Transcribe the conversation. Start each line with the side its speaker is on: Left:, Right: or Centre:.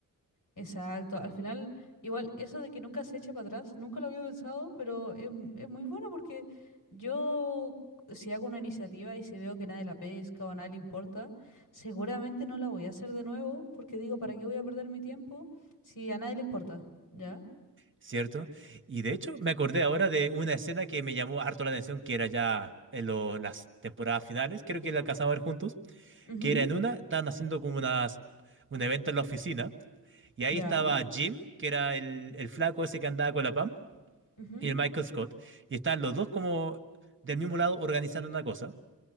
Left: Exacto. Al final, igual, eso de que nunca se eche para atrás, nunca lo había pensado, pero es, m- es muy bueno porque yo, si hago una iniciativa y si veo que nadie la pesca o a nadie le importa, seguramente no la voy a hacer de nuevo porque digo, ¿para qué voy a perder mi tiempo si a nadie le importa? ¿Ya?
Right: ¿Cierto? Y de hecho, me acordé ahora de una escena que me llamó harto la atención, que era ya en lo- las temporadas finales, creo que la alcanzamos a ver juntos,
Left: Ujú,
Right: que era en una, estaban haciendo como unas, un evento en la oficina, y ahí
Left: ¿Ya?
Right: estaba Jim, que era el, el flaco ese que andaba con la Pam,
Left: Ujú,
Right: y el Michael Scott, y estaban los dos como del mismo lado organizando una cosa.